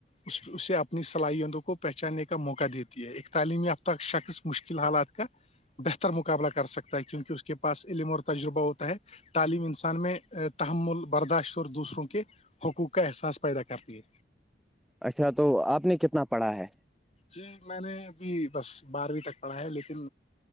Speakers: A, on the left; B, in the centre.
A: اسے اپنی صلاحیتوں کو پہچاننے کا موقع دیتی ہے ایک تعلیمی ہفتہ شخص مشکل حالات کا بہتر مقابلہ کر سکتا ہے کیونکہ اس کے پاس علم اور تجربہ ہوتا ہے تعلیم انسان میں تحمل برداشت اور دوسروں کے حقوق کا احساس پیدا کرتی ہے
B: اچھا تو آپ نے کتنا پڑھا ہے
A: جی میں نے ابھی بس بارہویں تک پڑھا ہے لیکن